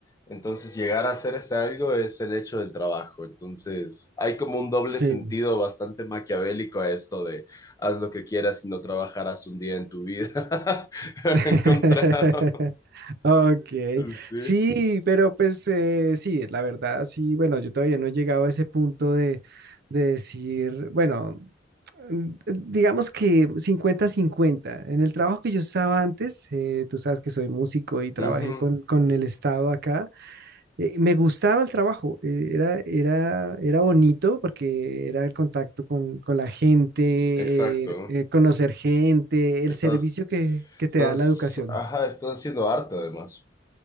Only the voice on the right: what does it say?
sí.
<laughs>
Ok,
sí, pero pues eh, sí, la verdad, sí, bueno, yo todavía no he llegado a ese punto de, de decir, bueno, mm, digamos que cincuenta-cincuenta. En el trabajo que yo estaba antes, eh, tú sabes que soy músico y trabajé
con, con el Estado acá, eh, me gustaba el trabajo, eh, era, era, era bonito porque era el contacto con, con la gente,
eh, eh, conocer gente,
el servicio que, que
te da la educación.